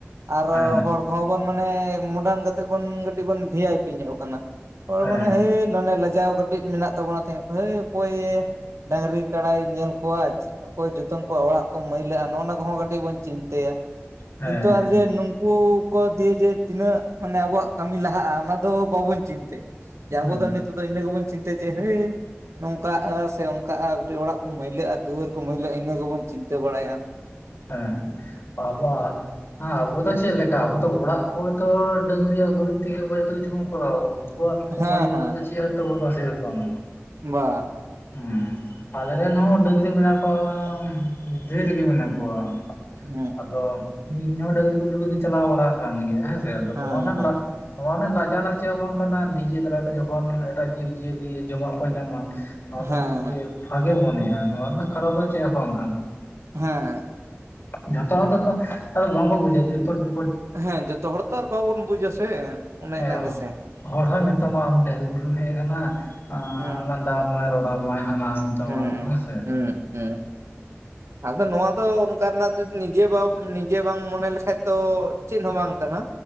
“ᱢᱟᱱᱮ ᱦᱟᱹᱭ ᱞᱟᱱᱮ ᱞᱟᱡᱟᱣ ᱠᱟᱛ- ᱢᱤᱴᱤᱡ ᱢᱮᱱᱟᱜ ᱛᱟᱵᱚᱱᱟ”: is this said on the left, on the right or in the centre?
Right